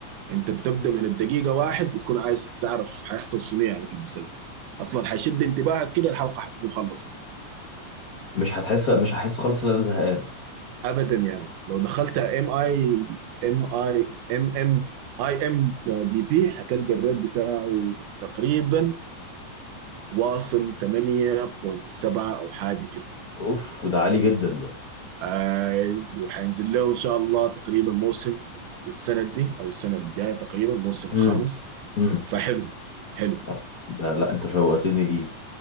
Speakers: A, on the right; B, on the left.
A: أنت بتبدأ من الدقيقة واحد بتكون عايز تعرف حيحصل شنو يعني في المسلسل أصلا حيشد انتباهك كده الحلقة حتكون خلصت
B: مش هتحس مش هحس خالص ان انا زهقان
A: ابدا يا مان لو دخلت ام اي ام اي ام ام اي ام دي بي هتلقى الريت بتاعه تقريبا واصل 8.7 او حاجه كده
B: اوف ده عالي جدا ده
A: اي وهينزل له ان شاء الله تقريبا موسم السنه دي او السنه اللي جايه تقريبا الموسم
B: امم
A: الخامس
B: امم
A: فحلو حلو
B: لا ده لا انت شوقتني ليه